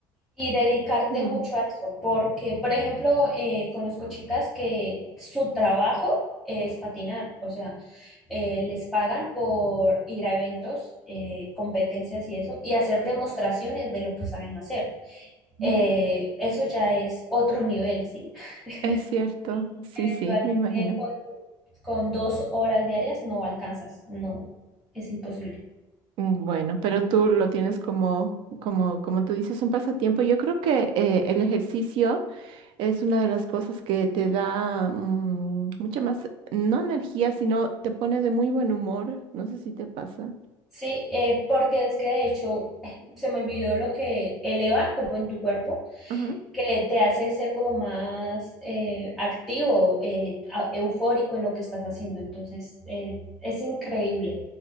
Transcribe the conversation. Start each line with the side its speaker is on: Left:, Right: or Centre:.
Centre: Y dedicarte
Right: Mm,
Centre: mucho a eso, porque, por ejemplo, eh, conozco chicas que su trabajo es patinar, o sea, eh, les pagan por ir a eventos, eh, competencias y eso, y hacer demostraciones de lo que saben hacer.
Right: mm,
Centre: Eh, eso ya es otro nivel, ¿sí? <laughs>
Right: Es cierto, sí,
Centre: Eventualmente
Right: sí, me imagino.
Centre: con, con dos horas diarias no alcanzas, no, es imposible.
Right: Mm, Bueno, pero tú lo tienes como, como, como tú dices, un pasatiempo. Yo creo que eh, el ejercicio es una de las cosas que te da mm, mucha más, no energía, sino te pone de muy buen humor. No sé si te pasa.
Centre: Sí, eh, porque es que de hecho <laughs> se me olvidó lo que eleva como en tu cuerpo,
Right: Ajá.
Centre: que te hace ser como más eh, activo, eh, a- eufórico en lo que estás haciendo. Entonces, eh, es increíble.